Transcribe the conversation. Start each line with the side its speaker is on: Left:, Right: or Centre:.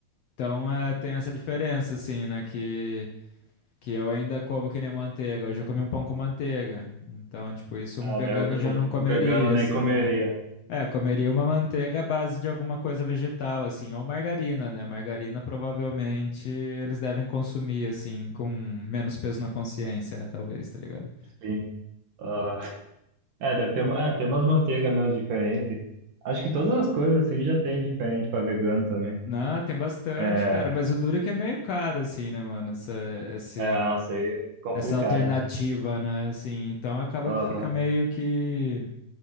Left: Então é, tem essa diferença, assim, né? Que, que eu ainda como que nem manteiga. Hoje eu comi um pão com manteiga. Então, tipo, isso
Right: Ah,
Left: um vegano
Right: daí o, ve-
Left: já
Right: o-
Left: não comeria,
Right: o vegano nem
Left: assim,
Right: comeria.
Left: é. É, comeria uma manteiga à base de alguma coisa vegetal, assim, ou margarina, né? Margarina provavelmente eles devem consumir, assim, com menos peso na consciência, né? Talvez, tá ligado?
Right: Sim. Ah, é, deve ter, uma- é, tem umas manteigas mesmo diferentes. Acho que todas as coisas assim já tem diferente para vegano também.
Left: Não, tem bastante,
Right: É,
Left: cara, mas o duro é que é meio caro, assim, né, mano? Essa, esse,
Right: é ah, isso aí é complicado,
Left: essa alternativa,
Right: né?
Left: né? Assim, então acaba
Right: Aham,
Left: que fica meio que,